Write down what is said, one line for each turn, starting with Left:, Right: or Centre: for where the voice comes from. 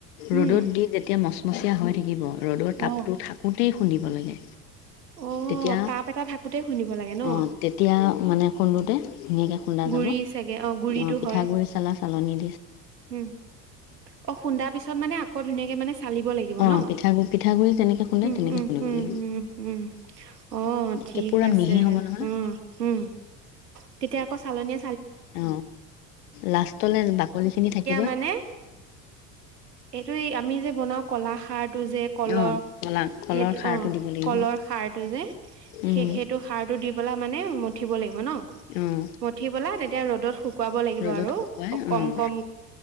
Right: উম
Left: ৰ'দত দি যেতিয়া মচু। হৈ থাকিব। ৰ'দৰ তাপটো
Right: অ
Left: থাকোঁতেই শুন্দিব লাগে।
Right: অ
Left: তেতিয়া
Right: তাপ এটা থাকোতে খুন্দিব লাগে ন
Left: অ তেতিয়া মানে সুন্দ <unintelligible> ধুনীয়াকৈ খোন্দা
Right: গুৰি
Left: যাব।
Right: চাগে গুৰিটো
Left: অ পিঠা
Right: হয়
Left: গুডৰি চালা চালনী
Right: উম অ খুন্দা পিছত মানে আকৌ ধুনীয়াকে ফালিব লাগিব
Left: অঁ
Right: ন
Left: পিঠাগুড়ি পিঠাগুড়ি যেনেকৈ খুন্দে
Right: উম-উম-উম-উম-উম
Left: তেনেকৈ খুন্দিব লাগিব
Right: অ
Left: একে
Right: থিক
Left: পূৰা
Right: আছে।
Left: মিহি হ'ব নহয়
Right: উম-উম তেতিয়া আকৌ চালনী
Left: অ লাষ্টলে বাকলি খিনি থাকি
Right: মান এইটো আমি যে বনাও কলা খাৰ। তোযে কলৰ
Left: অঁ কলা কলৰ
Right: হে
Left: খাৰটো
Right: অ
Left: দিব লাগিব
Right: কলৰ সাৰটো যে
Left: উম,
Right: সেইটো সাৰটো দি পেলা মানে মঠিব লাগিব। মন
Left: অঁ
Right: মুঠি পেলাই ৰ'দ ত শুকুৱাই। শুকুৱাব লাগিব
Left: ৰ'দত
Right: আৰু
Left: শুকুৱাই
Right: অ কম-কম।
Left: অঁ